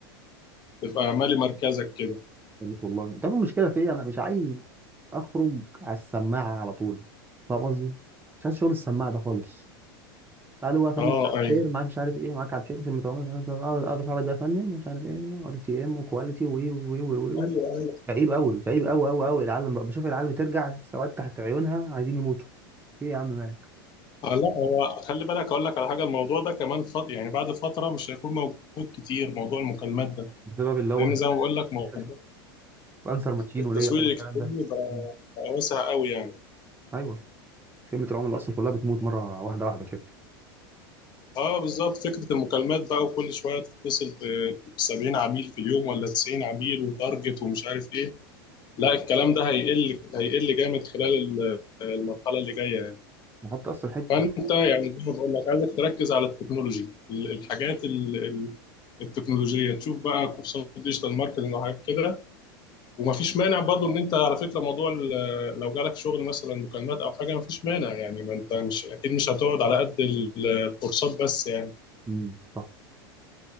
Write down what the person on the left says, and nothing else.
تبقى مالي مركزك كده
اه
ايوه
ايوه
آه لا هو خلي بالك اقول لك على حاجه الموضوع ده كمان فط... يعني بعد فتره مش هيكون موجود كتير موضوع المكالمات ده
لان
زي ما بقول لك مو-
التسويق
الالكتروني
بقى
بقى واسع قوي يعني
اه بالظبط فكره المكالمات بقى وكل شويه تتصل ب 70 عميل في اليوم ولا 90 عميل وتارجت ومش عارف ايه لا الكلام ده هيقل هيقل جامد خلال ال- المرحله اللي جايه
فانت يعني زي ما بقول لك عايزك تركز على التكنولوجي ال- الحاجات ال- ال- التكنولوجيه تشوف بقى كورسات ديجيتال ماركتنج وحاجات كده ومفيش مانع برضو ان انت على فكره موضوع ال- لو جالك شغل مثلا مكالمات او حاجه مفيش مانع يعني ما انت مش اكيد مش هتقعد على قد ال- الكورسات بس يعني